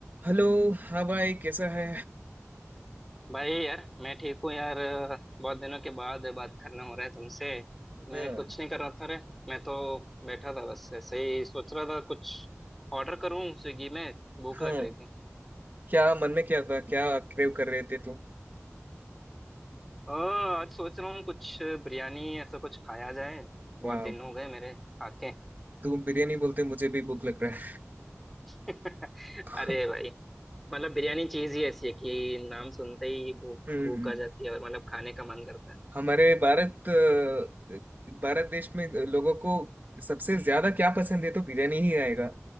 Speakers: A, on the right; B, in the centre.
A: Hello हाँ भाई कैसा है
B: भाई यार मैं ठीक हूँ यार बहुत दिनों के बाद बात करना हो रहा है तुमसे
A: हाँ
B: मैं कुछ नहीं कर रहा था रे मैं तो बैठा था बस ऐसे ही सोच रहा था कुछ ऑर्डर करूँ स्विगी में भूख
A: हाँ
B: लग रही थी
A: क्या मन में क्या था क्या क्रेव कर रहे थे तुम
B: आ, आज सोच रहा हूँ कुछ बिरयानी ऐसा कुछ खाया जाए बहुत
A: वाह
B: दिन हो गए मेरे खाके
A: तुम बिरयानी बोलते मुझे भी भूख लग रहा
B: <laughs>
A: है
B: अरे भाई मतलब बिरयानी चीज ही ऐसी है कि नाम सुनते ही भूख
A: <laughs> हम्म
B: भूख आ जाती है और मतलब खाने का मन करता है
A: हमारे भारत अ, भारत देश में लोगों को सबसे ज्यादा क्या पसंद है तो बिरयानी ही आएगा